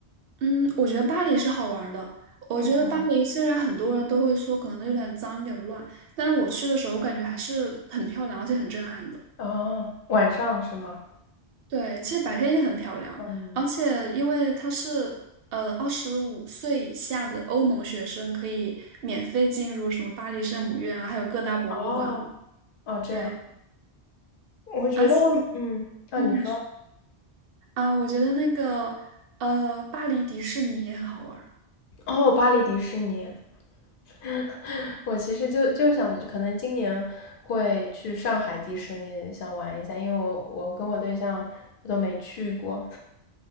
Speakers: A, on the right (about 65°); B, on the left (about 60°).
A: 嗯，我觉得巴黎是好玩儿的。我觉得巴黎虽然很多人都会说可能有点脏、
B: 嗯
A: 有点乱，但是我去的时候，我感觉还是很漂亮，而且很震撼的。
B: 哦，晚上是吗？
A: 对，其实白天也很漂亮，
B: 嗯，
A: 而且因为它是呃二十五岁以下的欧盟学生可以免费进入什么巴黎圣母院啊，还有各大博物馆。
B: 哦，哦，这样，
A: 对，
B: 我觉得我，
A: 而且
B: 嗯，啊，
A: 嗯，
B: 你说，
A: 你说啊，我觉得那个呃巴黎迪士尼也很好玩儿
B: 哦，巴黎迪士尼，<laughs> 我其实就就想，可能今年会去上海迪士尼，想玩一下，因为我我跟我对象都没去过，